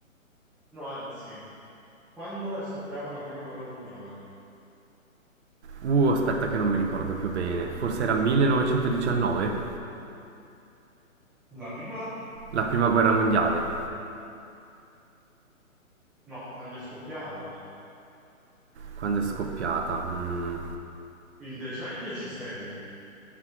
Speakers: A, in the centre; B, on the right.
A: no, anzi, quando è scoppiata la prima guerra mondiale?
B: Uh, aspetta che non mi ricordo più bene. Forse era 1919,
A: La prima?
B: la prima guerra mondiale,
A: No, quando è scoppiata.
B: quando è scoppiata. Mm.
A: Il decennio ci sei.